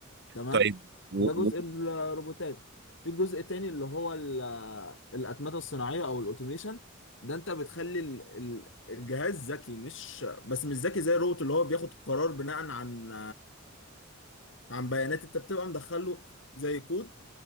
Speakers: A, on the left; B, on the right.
A: تمام
B: طيب و...
A: فده
B: و...
A: جزء الروبوتات في جزء تاني اللي هو ال- الأتمتة الصناعية أو الأوتوميشن ده أنت بتخلي ال- ال- الجهاز ذكي مش بس مش ذكي زي الروبوت اللي هو بياخد قرار بناء عن عن بيانات أنت بتبقى مدخله زي كود